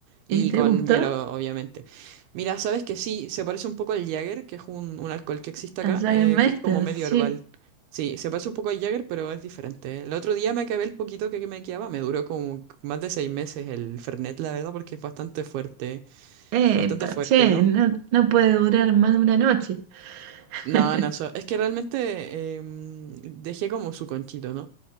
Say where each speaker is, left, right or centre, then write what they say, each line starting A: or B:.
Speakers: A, on the right; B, on the right.
A: Y
B: ¿Y te
A: con
B: gustó?
A: hielo, obviamente. Mira, sabes que sí, se parece un poco al Jäger, que es un, un alcohol que existe
B: Al
A: acá,
B: Jägermeister,
A: eh, que es como medio
B: sí.
A: herbal. Sí, se parece un poco al Jäger, pero es diferente. ¿eh? El otro día me acabé el poquito que que me quedaba, me duró como más de seis meses el Fernet, la verdad, porque es bastante fuerte,
B: Epa,
A: bastante fuerte,
B: che,
A: ¿no?
B: no, no puede durar más de una noche.
A: No,
B: <laughs>
A: no, so- es que realmente em, dejé como su conchito, ¿no?